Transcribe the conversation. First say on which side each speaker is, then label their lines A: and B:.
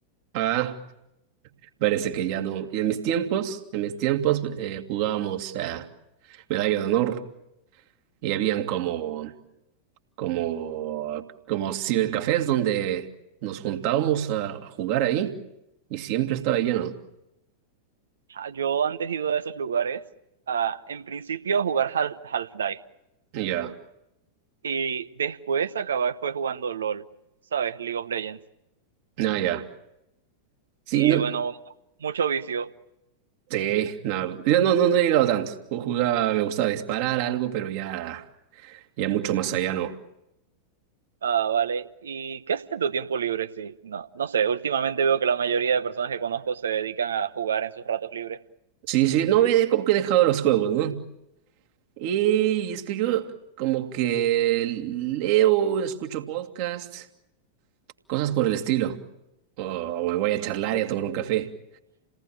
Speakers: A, on the right; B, on the right.
A: Ah, parece que ya no. Y en mis tiempos, en mis tiempos eh, jugábamos a Medalla de Honor y habían como como, como cibercafés donde nos juntábamos a, a jugar ahí y siempre estaba lleno.
B: Ah, Yo antes he ido a esos lugares, ah, en principio a jugar Hal- Half-Life
A: Ya,
B: y después acabé fue jugando LOL, ¿sabes? League of Legends.
A: no, ya. Sí,
B: Y
A: no,
B: bueno, mucho vicio.
A: sí, no, yo no, no, no he llegado tanto. Yo Jugaba, me gustaba disparar algo, pero ya, ya mucho más allá no.
B: Ah, vale. ¿Y qué haces en tu tiempo libre? Sí, no, no sé. Últimamente veo que la mayoría de personas que conozco se dedican a jugar en sus ratos libres.
A: Sí, sí, no, he, como que he dejado los juegos, ¿no? Y es que yo como que leo, escucho podcasts, cosas por el estilo. O me voy a charlar y a tomar un café.